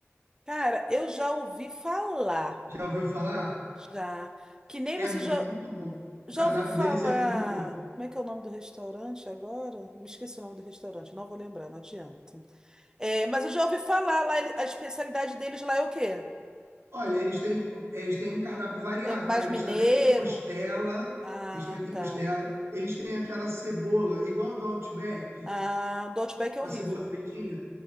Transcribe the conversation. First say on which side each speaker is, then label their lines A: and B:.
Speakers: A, on the right; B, on the right.
A: Cara, eu já ouvi falar,
B: Já ouviu falar?
A: já, que nem
B: É
A: você
B: muito
A: já,
B: bom.
A: já
B: O cardápio
A: ouviu falar.
B: deles é muito bom.
A: Como é que é o nome do restaurante agora? Me esqueci o nome do restaurante, não vou lembrar, não adianta. É, mas eu já ouvi falar lá, ele- a especialidade deles lá é o quê?
B: Olha, eles têm, eles têm um cardápio variado,
A: É mais
B: tá? Eles
A: mineiro?
B: também têm costela,
A: Ah,
B: eles também têm
A: tá.
B: costela, eles têm aquela cebola, igual do Outback,
A: Ah, o do Outback
B: aquela
A: é horrível.
B: cebola fritinha.